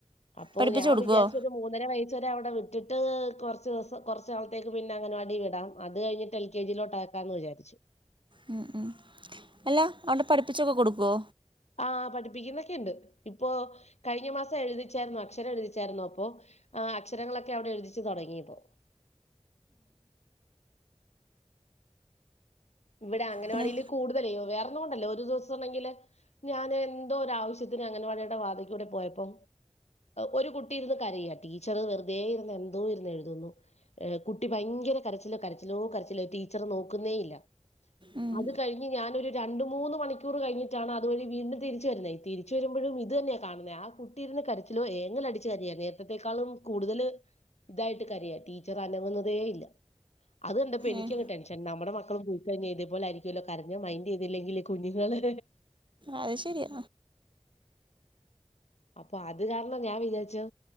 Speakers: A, on the left; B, on the right.
A: അപ്പോ
B: പഠിപ്പിച്ചു
A: ഞാൻ
B: കൊടുക്കുവോ
A: വിചാരിച്ചൊരു മൂന്നര വയസ്സ് വരെ അവിടെ വിട്ടിട്ട് കുറച്ച് ദിവസം കൊറച്ച് നാളത്തേക്ക് പിന്നെ അംഗണവാടി വിടാം അത് കഴിഞ്ഞിട്ട് എൽ കെ ജി ലോട്ടാക്കാന്ന് വിചാരിച്ചു
B: ഉം ഉം അല്ല അവ്ടെ പഠിപ്പിച്ചൊക്കെ കൊടുക്കോ
A: ആഹ് പഠിപ്പിക്കുന്നൊക്കെ ഉണ്ട് ഇപ്പോ കഴിഞ്ഞ മാസം എഴുതിച്ചായിരുന്നു അക്ഷരം എഴുതിച്ചായിരുന്ന അപ്പോ ആഹ് അക്ഷരങ്ങളൊക്കെ അവിടെ എഴുതിച്ചു തുടങ്ങിയിപ്പോ ഇവിടെ അംഗനവാടിയില്
B: പിന്നെ
A: കൂടുതലേ വേറൊന്നും കൊണ്ടല്ല ഒരു ദിവസം ഉണ്ടെങ്കില് ഞാന് എന്തോ ഒരു ആവശ്യത്തിന് അംഗൻവാടിയുടെ വാതിക്കൂടെ പോയപ്പോ ഒരു കുട്ടി ഇര്ന്ന് കരയ ടീച്ചറ് വെറുതെ ഇരുന്ന് എന്തോ ഒന്ന് എഴുതുന്നു കുട്ടി ഭയങ്കര കരച്ചില് കരച്ചിലോ കരച്ചിലോ ടീച്ചർ നോക്കുന്നേ ഇല്ല
B: ഉം
A: അത് കഴിഞ്ഞ് ഞാനൊരു രണ്ട് മൂന്ന് മണിക്കൂർ കഴിഞ്ഞിട്ടാണ് അതുവഴി വീണ്ടും തിരിച്ചുവരുന്നത് തിരി വരുമ്പോഴും ഇത് തന്നെയാ കാണുന്നത് ആഹ് കുട്ടി ഇരുന്ന് കരച്ചിലോ ഏങ്ങലടിച്ചു കരയ നേർത്തത്തേക്കാളും കൂടുതൽ ഇതായിട്ട് കരയ ടീച്ചർ അനങ്ങുന്നതേ ഇല്ല അത് കണ്ടപ്പോ എനിക്കങ്
B: ഏഹ്
A: ടെൻഷൻ നമ്മുടെ മക്കളും പോയി തന്നെ ഇത് പോലെ ആയിരിക്കുമല്ലോ കരഞ്ഞ മയിന്റ് ചെയ്തില്ലെങ്കില് കുഞ്ഞുങ്ങള്
B: അത് ശെരിയ
A: അപ്പൊ അത് കാരണം ഞാൻ വിചാരിച്ചു